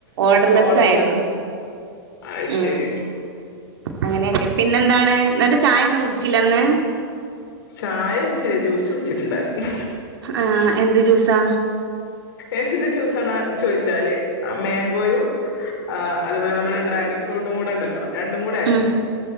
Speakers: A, on the right; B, on the left.
A: ഓർഡർലെസ്സ്
B: ഓർഡർലെസ്
A: ആയിരുന്നു.
B: അത്
A: ഉം
B: ശരി
A: അങ്ങനെയൊക്കെ പിന്നെന്താണ്? ന്നട്ട് ചായ ഒന്നും കുടിച്ചില്ലന്ന്?
B: ചായ കുടിച്ചില്ല ജ്യൂസ് കുടിച്ചിട്ടുണ്ടായിരുന്നു.
A: ആഹ് എന്ത് ജ്യൂസാ
B: എന്ത് ജ്യൂസാണ് ചോദിച്ചാല് മേങ്കോയും ആഹ് അതുപോലെ നമ്മടെ ഡ്രാഗൺ ഫ്രൂട്ടും കൂടെ ഒണ്ടല്ലോ രണ്ടും കൂടെ ആയിരുന്നു
A: ഉം